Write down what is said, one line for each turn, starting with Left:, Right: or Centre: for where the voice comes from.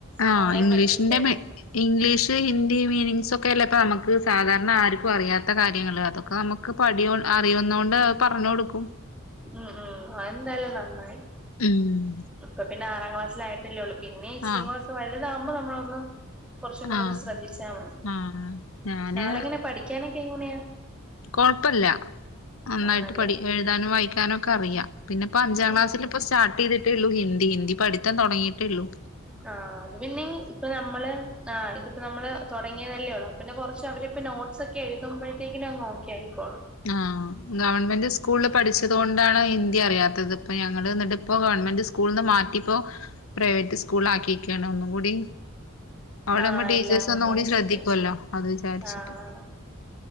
Left: ആഹ്
Centre: മോളെ
Left: ഇംഗ്ലീഷിന്റെ
Centre: പഠിപ്പിക്കാലോ.
Left: മെ ഇംഗ്ലീഷ്, ഹിന്ദി മീനിങ്സൊക്കെ അല്ലെ ഇപ്പ നമുക്ക് സാധാരണ ആർക്കും അറിയാത്ത കാര്യങ്ങള് അതൊക്കെ നമുക്ക് അറിയന്നൊണ്ട് അത് പറഞ്ഞു കൊടുക്കും
Centre: ഉം ഉം അതെന്തായാലും നന്നായി
Left: ഉം
Centre: ഇപ്പ പിന്നെ ആറാം ക്ലാസ്സിലായി ട്ടല്ലേള്ളൂ പിന്നെ ഇച്ചരികൂടിയോക്കെ
Left: ആഹ്
Centre: വലുതാകുമ്പോ നമ്മളൊന്ന് കുറച്ചും കൂടെ
Left: ആഹ്
Centre: ഒന്ന് ശ്രദ്ധിച്ചാൽ മതി
Left: ആഹ് ഞാന്
Centre: ആളെങ്ങനെ പഠിക്കാനൊക്കെ എങ്ങനെയാ?
Left: കുഴപ്പല്ല നന്നായിട്ട്
Centre: ആണല്ലേ
Left: പഠി എഴുതാനും വായിക്കാനും ഒക്കെ അറിയാം പിന്നെ ഇപ്പ അഞ്ചാം
Centre: ഉം ഉം
Left: ക്ലാസ്സിൽ ഇപ്പ സ്റ്റാർട്ട് ചെയ്തിട്ടേുള്ളു ഹിന്ദി ഹിന്ദി പഠുത്തം തുടങ്ങയിട്ടേള്ളു.
Centre: ആഹ അത് പിന്നെ ഇനി ഇപ്പൊ ന മ്മള് ആ് ഇതിപ്പോ നമ്മള് തുടങ്ങിയതല്ലേ ഉള്ളൂ അ പിന്നെ കുറച്ച് അവരിപ്പ നോട്ട്സ് ഒക്കെ എഴുതുമ്പോഴ അപ്പോത്തിന് ഓക്കേ ആയിക്കോളും
Left: ആ ഗവൺമെന്റ് സ്കൂളിൽ പഠിച്ചത് കൊണ്ടാണ് ഹിന്ദി അറിയാത്തത് പ്പ ഞങ്ങള്ൾ എന്നിട്ടിപ്പോ ഗവൺമെന്റ് സ് സ്കൂൾന്ന് മാറ്റിപ്പോ പ്രൈവറ്റ് സ്കൂൾ ആക്കിയിക്കയാണ് ഒന്നും കൂടി അവിടെമ്മ
Centre: ആ
Left: ടീച്ചേഴസ്
Centre: എല്ലാം
Left: ഒന്നും കൂടി
Centre: ആ
Left: ശ്രദ്ധിക്കുവല്ലോ
Centre: ശരിയാ
Left: അത് വിചാരിച്ചിട്ട്.
Centre: ആ അതാണ്